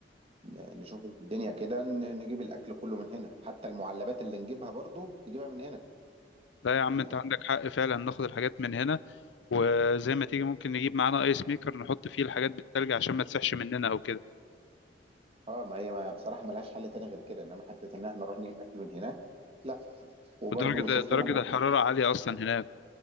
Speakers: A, on the right; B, on the left.
A: ن- نشوف الدنيا كده ن- نجيب الأكل كله من هنا حتى المعلبات اللي نجيبها برضو نجيبها من
B: لا يا عم
A: هنا
B: انت عندك حق فعلا ناخد الحاجات من هنا وزي ما تيجي ممكن نجيب معانا ايس ميكر نحط فيه الحاجات بالتلج عشان ما تسحش مننا او كده
A: اه ما هي ما بصراحه ملهاش حل تاني غير كده انما حته ان احنا نروح نجيب اكل من هناك لا وبرضه
B: ودرجة
A: شوف
B: درجة
A: لنا موضوع
B: الحرارة عالية أصلا هناك